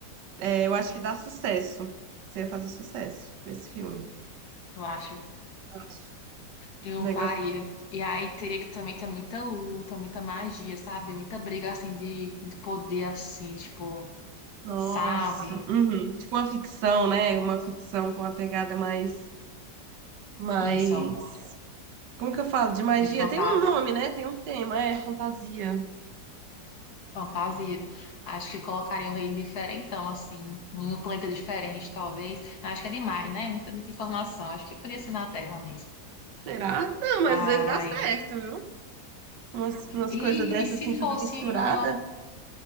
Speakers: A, on the right; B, on the left.
A: É, eu acho que dá sucesso. Você ia fazer sucesso com esse filme.
B: eu acho.
A: Acho.
B: Eu
A: Um negócio.
B: faria. E aí teria que também ter muita luta, muita magia, sabe? Muita briga assim de, de poder assim, tipo,
A: Nossa.
B: sabe?
A: uhum. Tipo uma ficção, né? Uma ficção com uma pegada mais. Mais.
B: Isso.
A: Como que eu falo? De magia?
B: De fantasia.
A: Tem um nome, né? Tem um tema, é fantasia.
B: Fantasia. Acho que colocaria um rei diferentão, assim. em Um planeta diferente, talvez. Acho que é demais, né? Muita, muita informação. Acho que podia ser na Terra mesmo.
A: Será? Não, mas
B: Ai.
A: às vezes dá certo, viu? Umas, umas
B: E,
A: coisas dessas
B: e se
A: assim,
B: fosse
A: tudo misturada.
B: uma-